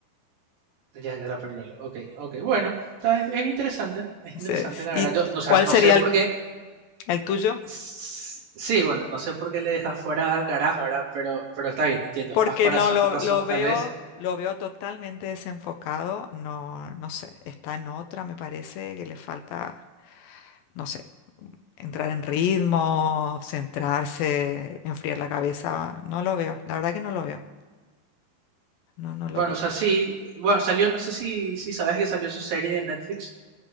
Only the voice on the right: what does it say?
Jack Draper Lolo. Ok, ok, bueno, está, es interesante, es
interesante
la
verdad. Yo, o sea,
no
sé por
qué,
sí, bueno, no sé por qué le dejas fuera al Alcaraz, ¿verdad? Pero, pero está bien, entiendo,
es más corazón
que razón
tal
vez.
Bueno,
o sea, sí, bueno, salió, no sé si, si sabes que salió su serie de Netflix,